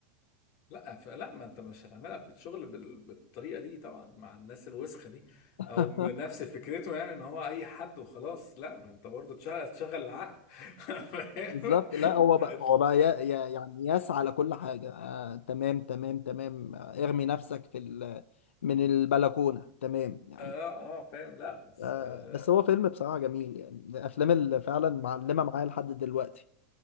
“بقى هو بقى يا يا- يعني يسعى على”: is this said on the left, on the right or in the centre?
Left